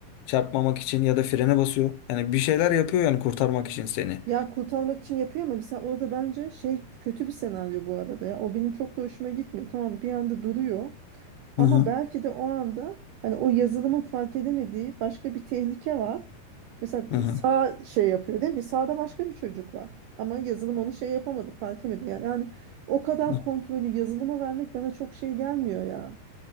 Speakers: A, on the left; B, on the right.
A: Çarpmamak için ya da frene basıyor. Yani bir şeyler yapıyor yani kurtarmak için seni.
B: Ya kurtarmak için yapıyor ama mesela o da bence şey kötü bir senaryo bu arada ya. O benim çok da hoşuma gitmiyor. Tamam bir anda duruyor ama
A: Hı hı
B: belki de o anda hani o yazılımın fark edemediği başka bir tehlike var. Mesela
A: hı
B: e,
A: hı.
B: sağ şey yapıyor değil mi? Sağda başka bir çocuk var. Ama yazılım onu şey yapamadı, fark edemedi. Yani, yani o kadar
A: hı.
B: kontrolü yazılıma vermek bana çok şey gelmiyor ya.